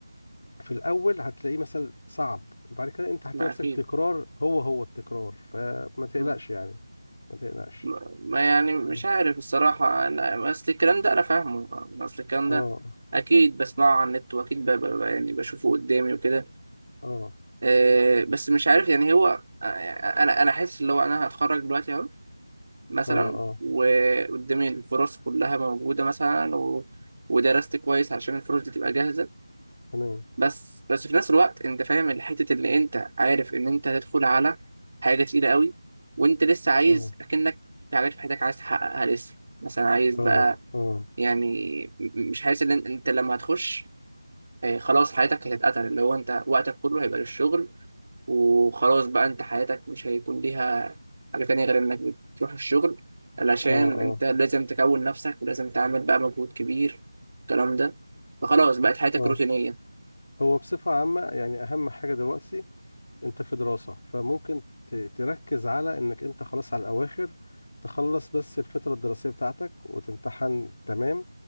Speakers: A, on the left (about 40°); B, on the right (about 30°).
A: في الاول هتلاقيه مثلا صعب بعد كده انت هتلاقي
B: ما
A: نفسك
B: اكيد
A: تكرار هو هو التكرار فما تقلقش
B: مم.
A: يعني ما تقلقش
B: ما ما يعني مش
A: اه
B: عارف الصراحه انا اصل الكلام ده انا فاهمه اصل الكلام
A: اه
B: ده اكيد بسمعه على النت واكيد ب... ب... ب- يعني بشوفه قدامي وكده
A: اه
B: آه، بس مش عارف يعني هو آه، يعني انا انا حاسس اللي هو انا هتخرج دلوقتي اهو مثلا
A: اه اه
B: وقدامي الفرص كلها موجوده مثلا و... ودرست كويس علشان الفرص دي تبقى جاهزه
A: تمام
B: بس بس في نفس الوقت انت فاهم الحته اللي انت عارف ان انت هتدخل على حاجه تقيله قوي وانت لسه عايز
A: اه
B: اكنك في حاجات في حياتك عايز تحققها لسه مثلا عايز بقى
A: اه اه
B: يعني م- مش حاسس ان انت لما هتخش آه، خلاص حياتك هتتقتل اللي هو انت وقتك كله هيبقى للشغل وخلاص بقى انت حياتك مش هيكون ليها حاجة تانية غير انك بتروح الشغل علشان
A: اه اه
B: انت لازم تكون نفسك ولازم تعمل بقى مجهود كبير الكلام ده فخلاص بقت حياتك
A: اه
B: روتينية
A: هو بصفة عامة يعني أهم حاجة دلوقتي انت في دراسة فممكن ت- تركز على انك انت خلاص على الاواخر تخلص بس الفترة الدراسية بتاعتك وتمتحن تمام